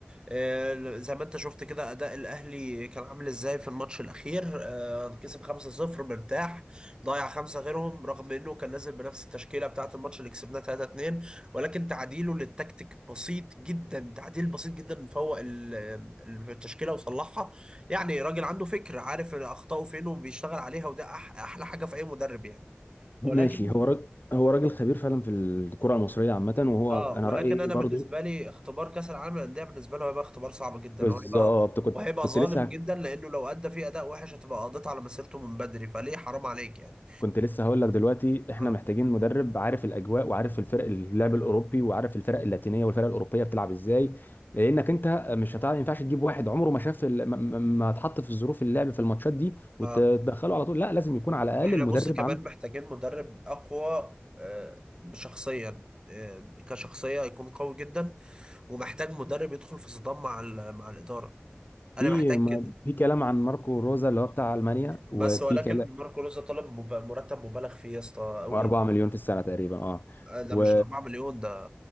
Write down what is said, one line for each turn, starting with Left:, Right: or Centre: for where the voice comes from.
Right: آه، زي ما انت شفت كده اداء الاهلي كان عامل ازاي في الماتش الاخير آه، كسب 5-0 مرتاح ضيع خمسه غيرهم رغم انه كان نازل بنفس التشكيله بتاعه الماتش اللي كسبناه 3-2 ولكن تعديله للتكتيك بسيط جدا تعديل بسيط جدا فوق ال- ال- التشكيله وصلحها يعني راجل عنده فكر عارف اخطائه فين وبيشتغل عليها وده أح- احلى حاجه في اي مدرب يعني ولكن
Left: ماشي هو راجل هو راجل خبير فعلا في الكرة المصرية عامة وهو
Right: اه
Left: أنا
Right: ولكن
Left: رأيي
Right: انا
Left: برضو
Right: بالنسبه لي اختبار كاس العالم للانديه بالنسبه له هيبقى اختبار صعب جدا
Left: بالظبط
Right: وهيبقى
Left: كنت
Right: وهيبقى
Left: كنت
Right: ظالم
Left: لسه
Right: جدا لانه لو ادى فيه اداء وحش هتبقى قضيت على مسيرته من بدري فليه حرام عليك يعني
Left: كنت لسه هقول لك دلوقتي احنا
Right: اه
Left: محتاجين مدرب عارف الاجواء وعارف الفرق اللعب الاوروبي وعارف الفرق اللاتينيه والفرق الاوروبيه بتلعب ازاي لانك انت مش هتعرف ما ينفعش تجيب واحد عمره ما شاف ال- ما ما- ما اتحط في ظروف اللعب في الماتشات دي وتدخله
Right: اه
Left: على طول لا لازم يكون على الاقل
Right: احنا
Left: المدرب
Right: بص كمان
Left: عنده
Right: محتاجين مدرب اقوى آه، شخصيا آه، كشخصيه يكون قوي جدا ومحتاج مدرب يدخل في صدام مع ال- مع الاداره انا
Left: في
Right: محتاج كده
Left: ما- في كلام عن ماركو روزا اللي هو بتاع المانيا وفي
Right: بس ولكن
Left: كلام
Right: ماركو لوزا طلب مب- مرتب مبالغ فيه يا اسطى قوي
Left: 4 مليون في السنه تقريبا اه
Right: آه، ده
Left: و
Right: مش 4 مليون ده